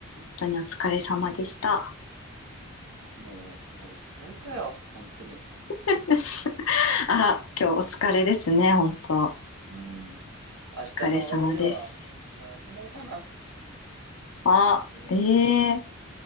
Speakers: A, on the left; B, on the right.
A: 当にお疲れ様でした。
B: もう、俺疲れたよ、本当に。
A: <laughs> あ、今日お疲れですね、本当。お
B: うん。明日のラジオは、
A: 疲れ様です。
B: もう休もうかな。
A: あ、
B: 本当に。
A: ええー、